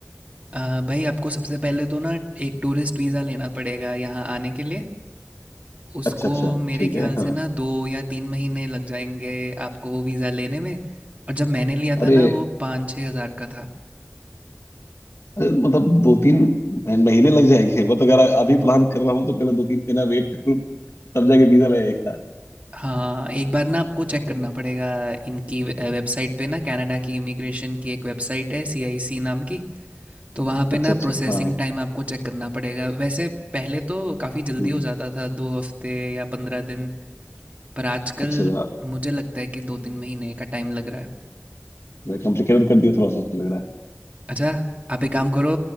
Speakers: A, on the right; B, on the left.
A: अ, भाई आपको सबसे पहले तो ना एक टूरिस्ट वीज़ा लेना पड़ेगा यहाँ आने के लिए उसको
B: अच्छा अच्छा
A: मेरे
B: ठीक
A: ख्याल
B: है हाँ
A: से ना दो या तीन महीने लग जाएंगे आपको वो वीज़ा लेने में और जब मैंने लिया
B: अरे
A: था ना वो पाँच छः हज़ार का था
B: अरे, मतलब दो तीन मह- महीने लग जाएंगे मतलब अगर अभी प्लान कर रहा हूँ तो पहले दो तीन महीना वेट करूँ तब जाके वीजा लगेगा
A: हाँ एक बार ना आपको चेक करना पड़ेगा इनकी वे- वेबसाइट पे ना कनाडा की इमिग्रेशन की एक वेबसाइट है सीआईसी नाम की तो वहाँ पे
B: अच्छा
A: ना
B: अच्छा
A: प्रोसेसिंग
B: हाँ हाँ
A: टाइम आपको चेक करना पड़ेगा वैसे पहले तो काफ़ी जल्दी
B: हम्म,
A: हो जाता था दो हफ्ते या पंद्रह दिन पर आजकल
B: अच्छा
A: मुझे लगता है कि दो तीन महीने का टाइम लग रहा है
B: मैं कॉम्प्लिकेटेड कर दिया थोड़ा सा लग रहा है
A: अच्छा आप एक काम करो